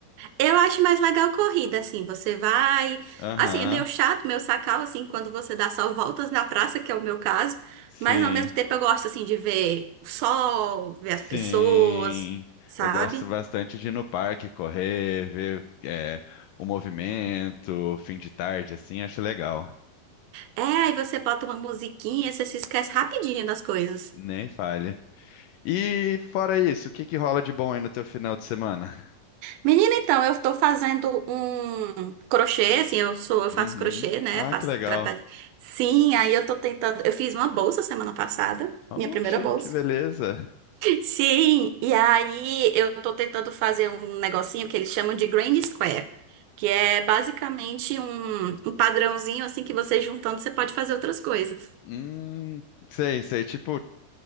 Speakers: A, on the right; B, on the left.
A: Eu acho mais legal corrida, assim, você vai.
B: Aham,
A: Assim, é meio chato, meio sacal, assim, quando você dá só voltas na praça, que é o meu caso.
B: sim,
A: Mas ao mesmo tempo eu gosto, assim, de ver o sol, ver
B: sim.
A: as pessoas, sabe?
B: Eu gosto bastante de ir no parque, correr, ver é, o movimento, fim de tarde, assim, acho legal.
A: É, aí você bota uma musiquinha, você se esquece rapidinho das coisas.
B: Nem falha. E fora isso, o que que rola de bom aí no teu final de semana?
A: Menina, então, eu tô fazendo um crochê, assim, eu sou, eu faço
B: Uhum.
A: crochê, né?
B: Ah,
A: Faço
B: que legal.
A: trabalho. Sim, aí eu tô tentando. Eu fiz uma bolsa semana passada,
B: Oxe,
A: minha primeira bolsa.
B: que beleza.
A: Sim, e aí eu tô tentando fazer um negocinho que eles chamam de Grand Square, que é basicamente um, um padrãozinho assim que você juntando você pode fazer outras coisas.
B: Hum, sei, sei. Tipo,